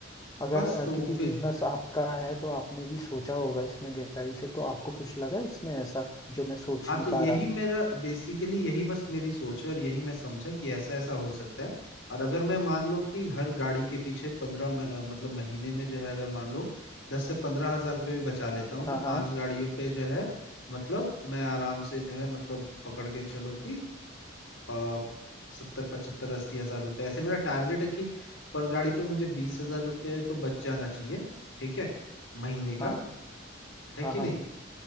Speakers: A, on the left; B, on the left.
A: अगर
B: बस
A: अ,
B: तो
A: क्योंकि
B: फिर
A: बिजनेस आपका है तो आपने भी सोचा होगा इसमें गहराई से तो आपको कुछ लगा इसमें ऐसा जो मैं सोच
B: हाँ
A: नहीं
B: तो
A: पा
B: यही
A: रहा
B: मेरा बेसिकली यही बस मेरी सोच है और यही मैं समझा कि ऐसा ऐसा हो सकता है और अगर मैं मान लो कि हर गाड़ी के पीछे पंद्रह मतलब महीने में जो है अगर मान लो दस से पंद्रह हजार रुपये भी बचा लेता हूँ तो
A: हाँ हाँ
B: पांच गाड़ियों पे जो है मतलब मैं आराम से जो है मतलब पकड़ के चलो कि आ, सत्तर पचहत्तर अस्सी हजार रुपये ऐसे मेरा टारगेट है कि पर गाड़ी पे मुझे बीस हजार रुपये तो बच जाना चाहिए ठीक है महीने का
A: हाँ
B: है
A: हाँ
B: कि
A: हाँ
B: नहीं